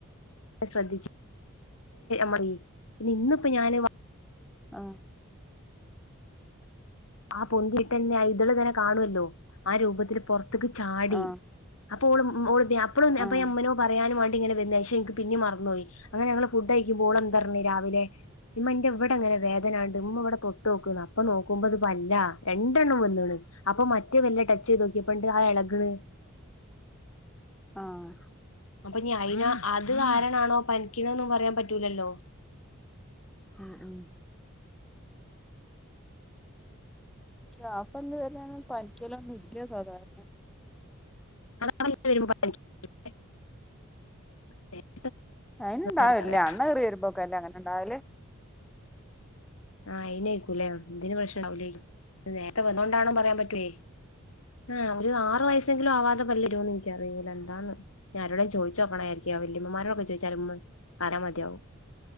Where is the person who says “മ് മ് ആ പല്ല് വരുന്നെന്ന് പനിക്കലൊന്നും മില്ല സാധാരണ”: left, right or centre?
Centre